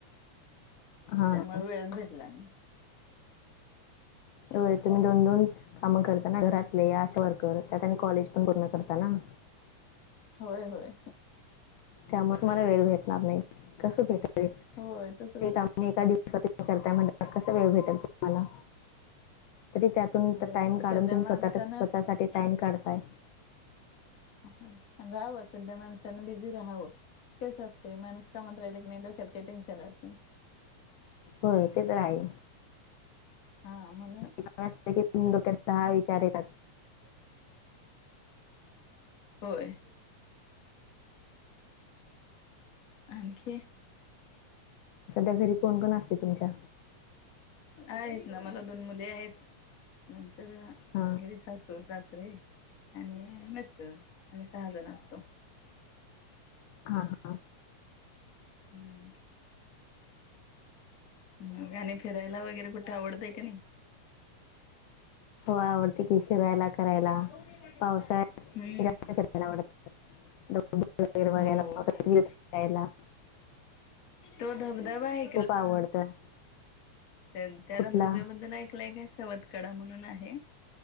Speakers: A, on the left; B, on the left.
A: हा.
B: म वेळच भेटला नाही.
A: होय. तुम्ही दोन दोन कामं करता ना. घरातले, आशा वर्कर त्यात आणि कॉलेज पण पूर्ण करता ना.
B: होय होय.
A: त्यामुळे तुम्हाला वेळ भेटणार नाही. कस भेटल वेळ? सगळी
B: होय तसच होत
A: कामं एका दिवसात सात पूर्ण करताय म्हटल्यावर कसा वेळ भेटेल तुम्हाला? तरी त्यात तून
B: होय
A: टाइम काढून
B: सध्या
A: तुम्ही
B: माणसानं
A: स्वतः स्वतःसाठी टाइम काढताय.
B: होय. अन राहावं, सध्या माणसान बिझी राहावं. तेच असते, माणूस कामात राहिलं की नाही, डोक्यात काय टेन्शन राहत नाही.
A: होय. ते तर आहे.
B: हा. म्हण
A: काही काम नसलं की डोक्यात दहा विचार येतात.
B: होय. आणखी?
A: सध्या घरी कोण कोण असते तुमच्या?
B: आहेत ना, मला दोन मुली आहेत. नंतर
A: हा
B: घरी सासू सू सासरे आणि मिस्टर. आम्ही सहा जण असतो.
A: हा हा.
B: हं. मग आणि फिरायला वगैरे कुठे आवडतंय का नाही?
A: हो आवडते की. फिरायला करायला
B: हं.
A: पावसाळ्यात जास्त फिरायला आवडतं दगड वगैरे बघायला
B: हो.
A: पावसाळ्यात विहिरीत फिरायला
B: तो धबधबा आहे.
A: खूप आवडतं.
B: तर त्या
A: कुठला
B: धबधब्याबद्दल ऐकलाय का? आहे सवत कडा म्हणून आहे.